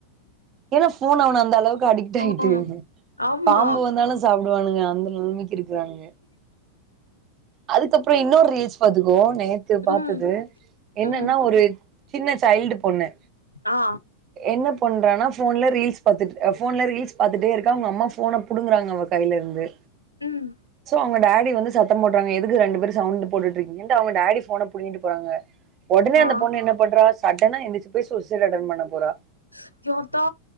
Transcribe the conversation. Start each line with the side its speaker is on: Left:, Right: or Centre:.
Right: ஏன்னா ஃபோன் அவன அந்த அளவுக்கு அடிக்ட் ஆயிட்டு
Left: ஆ ஆமா
Right: பாம்பு வந்தாலு சாப்படுவானுங்க அந்த நலமைக்கு இருக்குறானுங்க அதுக்கப்புற இன்னொரு ரீல்ஸ் பாத்துக்கோ நே த்து
Left: ம்
Right: பாத்தது என்னன்னா
Left: ம்
Right: ஒரு சின்ன சைல்டு பொண்ணு
Left: ஆ
Right: என்ன பண்றானா ஃபோன்ல ரீல்ஸ் பாத்துட் எ ஃபோன்ல ரீல்ஸ் பாத்துட்டே இருக்கா அவங்க அம்மா ஃபோன புடுங்கறாங்க அவக் கைலருந்து
Left: ம்
Right: சோ அவங்க டாடி வந்து சத்தோப் போட் டாங்க எதுக்கு ரெண்டு பேரு சவுண்ட்டு போட்டு இருக்கிங்கன்டு அவங்க டாடி ஃபோன புடிங்கிட்டு போறாங்க ஒடனே
Left: ஆ
Right: அந்த பொண்ணு என்ன படுறா சடனா எந்திரிச்சு போய் சுசைடு அட்டென் பண்ண போறா
Left: ஸ் யாத்தா